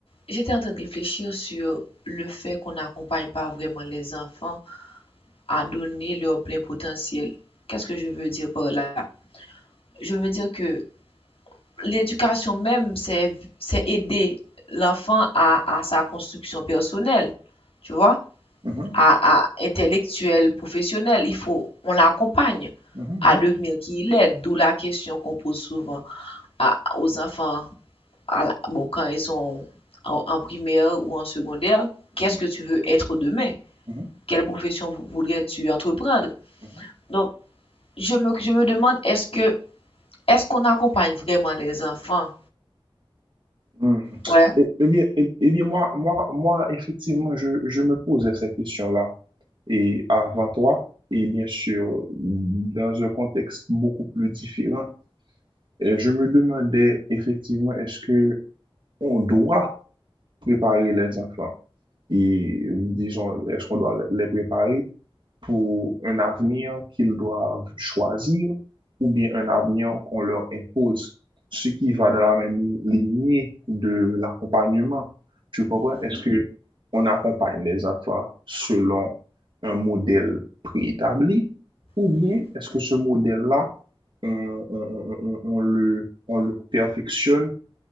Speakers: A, on the left (about 75°); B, on the right (about 55°).
A: J'étais en train de réfléchir sur le fait qu'on n'accompagne pas vraiment les enfants à donner leur plein potentiel. Qu'est-ce que je veux dire par là? Je veux dire que l'éducation même, c'est, c'est aider l'enfant à, à sa construction personnelle, tu vois,
B: Mhm,
A: à, à intellectuelle, professionnelle. Il faut, on l'accompagne
B: mhm,
A: à
B: mhm,
A: devenir qui il est, d'où la question qu'on pose souvent à- aux enfants, à la- bon, quand ils sont en en primaire ou en secondaire,
B: mhm,
A: qu'est-ce que tu veux être demain?
B: mhm,
A: quelle profession voudrais-tu entreprendre?
B: mhm.
A: Donc, je me, je me demande, est-ce que, est-ce qu'on accompagne vraiment les enfants?
B: Hmm.
A: Ouais.
B: Eh eh bien, eh, eh bien moi, moi, moi, effectivement, je, je me posais ces questions-là. Et avant toi, et bien sûr, dans un contexte beaucoup plus différent, eh, je me demandais effectivement, est-ce que on doit préparer les enfants? Et disons, est-ce qu'on doit les préparer? pour un avenir qu'ils doivent choisir ou bien un avenir qu'on leur impose, ce qui va dans la même lignée de l'accompagnement. Tu comprends?
A: Mhm,
B: Est-ce que on accompagne les enfants selon un modèle préétabli ou bien
A: mhm,
B: est-ce que ce modèle-là, on, on- on- on- on le, on le perfectionne